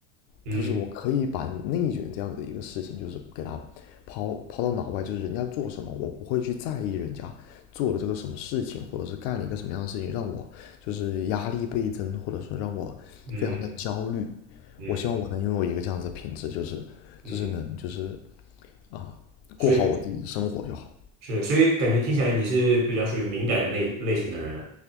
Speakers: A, on the right; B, on the left.
A: 嗯
B: 就是我可以把内卷这样的一个事情，就是给它抛抛到脑外，就是人家做什么，我不会去在意人家做了这个什么事情，或者是干了一个什么样的事情，让我就是压力倍增，或者说让我非常的焦虑。
A: 嗯嗯
B: 我希望我能拥有一个这样子的品质，就是就是能就是
A: 嗯，
B: 啊，
A: 所以
B: 过好我自己的生活就好。
A: 是，所以感觉听起来你是比较属于敏感类类型的人啊，